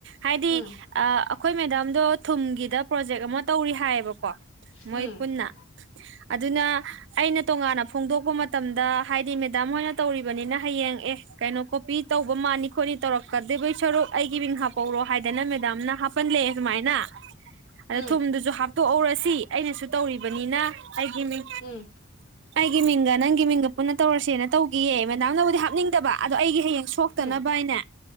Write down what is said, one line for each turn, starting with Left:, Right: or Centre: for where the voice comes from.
Right: ꯍꯥꯏꯗꯤ
Left: ꯎꯝ
Right: ꯑꯩꯈꯣꯏ ꯃꯦꯗꯥꯝꯗꯣ ꯊꯨꯝꯒꯤꯗ ꯄ꯭ꯔꯣꯖꯦꯛ ꯑꯃ ꯇꯧꯔꯤ ꯍꯥꯏꯌꯦꯕꯀꯣ ꯃꯣꯏ
Left: ꯎꯝ
Right: ꯄꯨꯟꯅ ꯑꯗꯨꯅ ꯑꯩꯅ ꯇꯣꯉꯥꯟꯅ ꯐꯣꯡꯗꯣꯛꯄ ꯃꯇꯝꯗ ꯍꯥꯏꯗꯤ ꯃꯦꯗꯥꯝ ꯍꯣꯏꯅ ꯇꯧꯔꯤꯕꯅꯤꯅ ꯍꯌꯦꯡ ꯑꯦ ꯀꯩꯅꯣ ꯀꯣꯄꯤ ꯇꯧꯕ ꯃꯥꯅꯤ ꯈꯣꯠꯅꯤ ꯇꯧꯔꯛꯀꯗꯕꯩ ꯁꯔꯨꯛ ꯑꯩꯒꯤ ꯃꯤꯡ ꯍꯥꯞꯄꯧꯔꯣ ꯍꯥꯏꯗꯅ ꯃꯦꯗꯥꯝꯅ ꯍꯥꯞꯄꯜꯂꯛꯑꯦ ꯁꯨꯃꯥꯏꯅ ꯑꯗ
Left: ꯎꯝ
Right: ꯊꯨꯝꯗꯨꯁꯨ ꯍꯥꯞꯇꯣꯛꯎꯧꯔꯁꯤ ꯑꯩꯅꯁꯨ ꯇꯧꯔꯤꯕꯅꯤꯅ ꯍꯥꯏꯒꯤ ꯃꯤ
Left: ꯎꯝ
Right: ꯒꯤ ꯃꯤꯡꯒ ꯅꯪꯒꯤ ꯃꯤꯡꯒ ꯄꯨꯟꯅ ꯇꯧꯔꯁꯦꯅ ꯇꯧꯈꯤꯌꯦ ꯃꯗꯥꯝꯅꯕꯨꯗꯤ ꯍꯥꯞꯅꯤꯡꯗꯕ ꯑꯗꯣ ꯑꯩꯒꯤ ꯍꯌꯦꯡ ꯁꯣꯛꯇꯅꯕ
Left: ꯎꯝ
Right: ꯍꯥꯏꯅꯦ